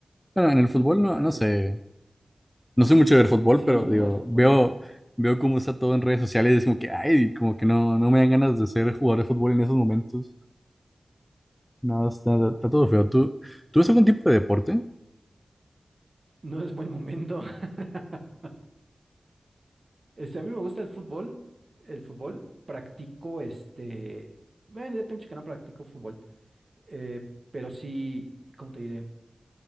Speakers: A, in the centre; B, on the right (about 50°).
A: bueno, en el fútbol
B: algunos
A: no,
B: casos.
A: no sé. No soy mucho de ver fútbol,
B: Sí,
A: pero
B: no,
A: digo,
B: el fútbol
A: veo,
B: no.
A: veo cómo está todo en redes sociales y es como que, ay, como que no, no me dan ganas de ser jugador de fútbol en esos momentos. No, está, está todo feo. ¿Tú, tú ves algún tipo de deporte?
B: No es buen momento. <laughs> Este, a mí me gusta el fútbol, el fútbol, practico este, bueno, ya tengo mucho que no practico fútbol, eh, pero sí, ¿cómo te diré?